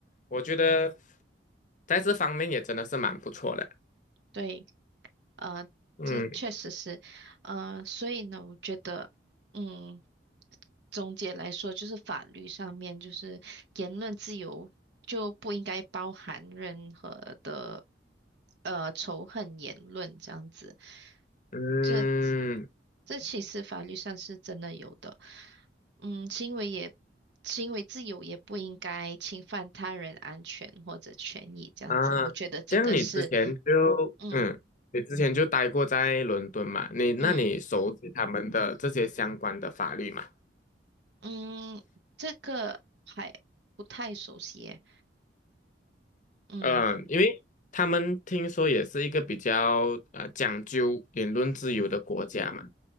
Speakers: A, on the left (about 45°); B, on the right (about 70°).
A: 我觉得在这方面也真的是蛮不错的。
B: 对，呃，
A: 嗯
B: 这确实是，呃，所以呢，我觉得，嗯，总结来说，就是法律上面就是言论自由就不应该包含任何的呃仇恨言论这样子。
A: 嗯。
B: 这。这其实法律上是真的有的。嗯，行为也行为自由也不应该侵犯他人安全或者权益，这样子，
A: 啊，
B: 我觉得这个是，
A: 像你之前就嗯，
B: 嗯
A: 你之前就待过在伦敦嘛？你那你熟悉他们的这些相关的法律嘛？
B: 嗯嗯，这个还不太熟悉耶。嗯，
A: 嗯，因为他们听说也是一个比较呃讲究言论自由的国家嘛。